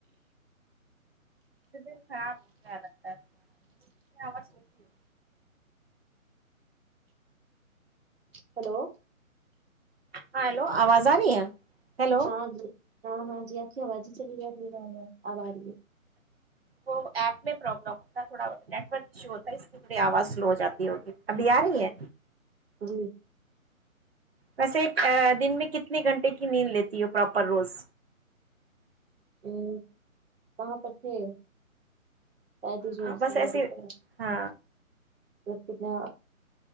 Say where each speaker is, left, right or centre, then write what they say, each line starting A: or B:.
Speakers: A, on the right; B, on the right.
A: در خراب ہو گیا لگتا ہے تارنی آواز ستی ہو
B: ہلو
A: ہاں ہیلو آواز آ رہ ہے ہیلو
B: ہاں جی ہاں ہاں جی آ کے آواز ہی چلی ہےیا تھی اب آ رہی ہے
A: وہ ایپ میں پرلم ہوتا ہے تھوڑا نیٹ ورک ایشو ہوتا ہے اس کی تھوڑی آواز سلو ہو جاتی ہے ہوگی ابھی آ رہی ہے
B: جی
A: ویسے دن میں کتنے گھنٹے کی نیند لیتی ہے پراپر روز
B: ہ کہاں پر تھے شاید اس وججہ
A: بس
B: سے بہت
A: ایسے
B: اچھا رہا
A: ہاں
B: تو کتنا